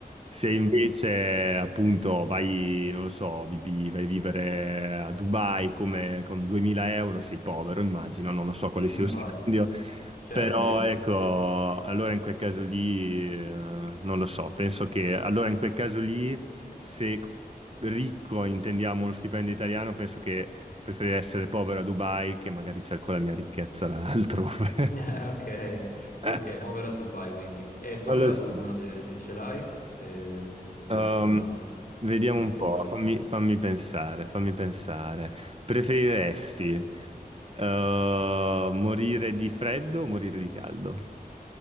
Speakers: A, on the right (about 40°); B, on the left (about 70°).
A: Se
B: Sì,
A: invece appunto vai, non lo so, vivi- vai a vivere a Dubai come, con 2000 euro, sei povero, immagino, non lo so quale sia
B: infatti.
A: lo <laughs> stipendio,
B: Cioè,
A: però
B: sì. <laughs>
A: ecco, allora in quel caso lì, eh, non lo so, penso che allora in quel caso lì, se ricco intendiamo lo stipendio italiano, penso che preferirei essere povero a Dubai che magari cerco la mia ricchezza là altrove.
B: Eh, Ok, ok,
A: <laughs>
B: povero a Dubai quindi. E fammela
A: Non lo
B: tu
A: so.
B: una se, se ce l'hai, e così
A: Ehm,
B: facciamo un altro,
A: vediamo
B: altro
A: un po',
B: paio.
A: fammi, fammi pensare, fammi pensare. Preferiresti eh, morire di freddo o morire di caldo?